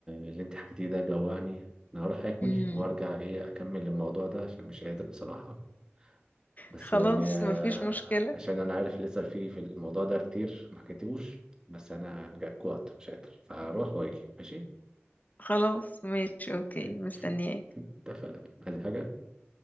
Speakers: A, on the right (about 15°); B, on the left (about 40°).
A: اللي انت حكيتيه ده جوعني انا هروح اكل
B: مم.
A: وارجع ايه اكمل الموضوع ده عشان مش قادر بصراحة بس
B: خلاص
A: يعني آه،
B: مفيش مشكلة
A: عشان انا عارف لسه في في الموضوع ده كتير ما حكيتهوش بس انا جوعت مش قادر فاروح واجي ماشي
B: خلاص ماشي اوكي
A: <laughs>
B: مستنياك
A: اتفقنا عايز حاجة